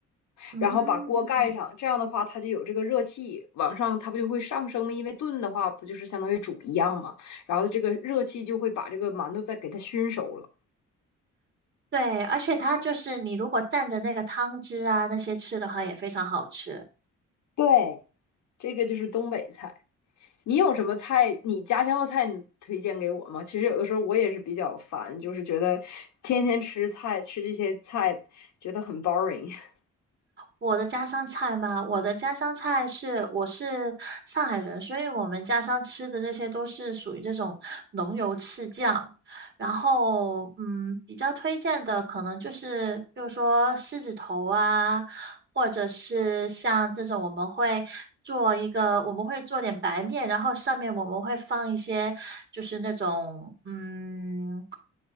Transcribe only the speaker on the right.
嗯，
对，而且它就是你如果蘸着那个汤汁啊那些吃的话，也非常好吃。
我的家乡菜吗？我的家乡菜是，我是上海人，所以我们家乡吃的这些都是属于这种浓油赤酱。然后，嗯，比较推荐的可能就是，比如说狮子头啊，或者是像这种我们会做一个，我们会做点白面，然后上面我们会放一些就是那种，嗯，